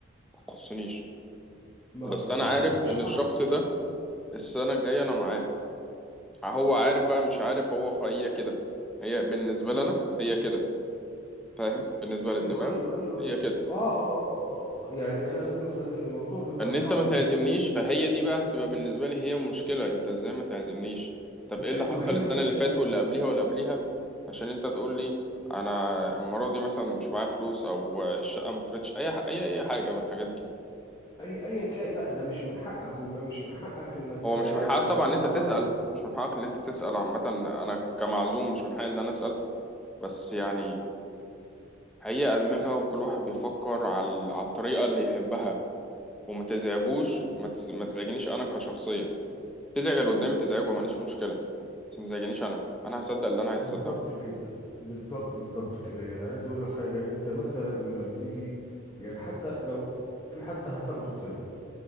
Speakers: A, in the centre; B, on the left.
A: ما تخصنيش
B: ما
A: بس أنا
B: ما
A: عارف
B: ده مش
A: إن
B: صح
A: الشخص ده السنة الجاية أنا معاه هو عارف بقى مش عارف هو هي كده هي بالنسبة
B: ما
A: لنا هي كده فاهم بالنسبة للدماغ
B: ايوه ايوه ايوه
A: هي
B: ايوه
A: كده
B: اه اه آه. آه. يعني انا عايز أقول حاجه الموضوع بيبقى
A: ان
B: صعب
A: انت ما
B: جدا
A: تعزمنيش فهي دي بقى هتبقى بالنسبة لي هي مشكلة انت ازاي ما تعزمنيش طب
B: انت
A: ايه اللي حصل
B: ما هي
A: السنة
B: انت
A: اللي فاتت واللي قبليها واللي قبليها عشان انت تقول لي انا المرة دي مثلا مش معايا فلوس او الشقة ما كفتش اي ح- اي اي حاجة من الحاجات دي
B: اي ايا كان لا ده مش من حقك وبيبقى مش من حقك انك
A: هو مش
B: آه،
A: من حقك طبعا
B: تاخد
A: ان انت تسأل
B: راحتك
A: مش من حقك ان انت تسأل عامة انا كمعزوم مش من حقي ان انا اسأل بس يعني هي أدمغة وكل واحد بيفكر على على الطريقة اللي يحبها وما تزعجوش ما تز- ما تزعجنيش انا كشخصية تزعج اللي قدامي تزعجه ماليش مشكلة بس ما تزعجنيش أنا أنا هصدق اللي أنا عايز
B: بالظبط
A: أصدقه
B: كده بالظبط بالظبط كده يعني عايز اقول لك حاجه انت مثلا اما بتيجي يعني حتى لو في حد هتاخده في طريقك